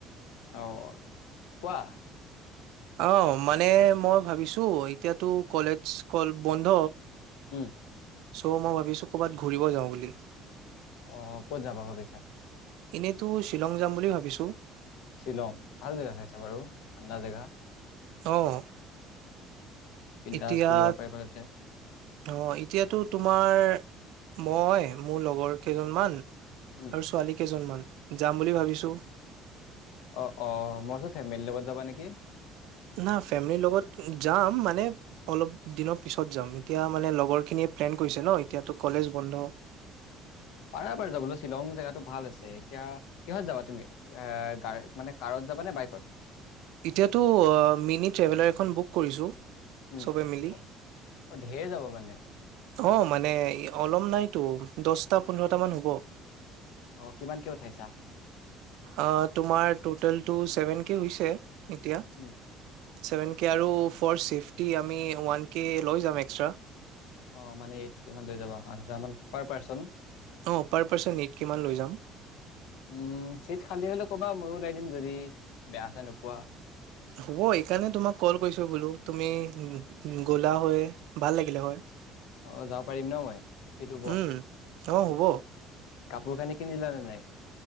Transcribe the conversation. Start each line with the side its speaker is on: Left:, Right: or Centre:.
Left: অ কোৱা
Right: অ', মানে মই ভাবিছো তো এতিয়াতো কলেজ স্কুল বন্ধ
Left: উম
Right: চ' মই ভাবিছো কৰ'ৰবাত ঘূৰিব যাওঁ বুলি।
Left: অ', ক'ত যাবা ভাবিছা?
Right: এনেইতো শ্বিলং যাম বুলি ভাবিছো।
Left: শ্বিলং, ভাল জেগা চাইছা বাৰু। ঠাণ্ডা জেগা।
Right: অ'
Left: বিন্দাছ
Right: এতিয়া
Left: ঘূৰিব পাৰিবা তাতে
Right: অ', এতিয়াতো তোমাৰ মই মোৰ লগৰ কেইজনমান
Left: উম
Right: আৰু ছোৱালী কেইজনমান। যাম বুলি ভাবিছোঁ।
Left: অ', অ', মই ভাবিছোঁ ফেমিলিৰ লগত যাবা নেকি?
Right: না ফেমিলিৰ লগত যাম মানে অলপ দিনৰ পিছত যাম এতিয়া মানে লগৰ খিনিয়ে প্লেন কৰিছে ন এতিয়াটো কলেজ বন্ধ।
Left: পাৰা বাৰু যাবলৈ শ্বিলং জেগাটো ভাল আছে এতিয়া কিহত যাবা তুমি? এ গাড় মানে কাৰত যাবা নে বাইকত?
Right: এতিয়াতো আ, মিনি ট্ৰেভেলাৰ এখন বুক কৰিছো।
Left: উম,
Right: চবে মিলি
Left: অ', ঢেৰ যাব মানে।
Right: অ', মানে অলম নাইতো দছটা, পোন্ধৰটা মান হ'ব।
Left: অ', কিমান কে উঠাইছা?
Right: অ', তোমাৰ টটেলটো ছেভেন কে হৈছে। এতিয়া।
Left: উম
Right: ছেভেন কে আৰু ফ'ৰ চিফটি আমি ওৱান কে লৈ যাম এক্সট্ৰা।
Left: অ', মানে <unintelligible> লৈ যাবা আ, পাৰ পাৰ্চন। উম,
Right: অ পাৰ পাৰ্চন এইট কে মান লৈ যাম
Left: চিট খালী হ'লে কবা ময়ো ওলাই দিম যদি বেয়া চ' নোপোৱা।
Right: হ'ব এইকাৰণে তোমাক ক'ল কৰিছো বোলো তুমি গ'লা হৈ, ভাল লাগিলে হয়।
Left: অ', যাব পাৰিম ন' মই চিট হ'ব।
Right: উম অ', হ'ব।
Left: কাপোৰ কানি কিনিলা নে নাই?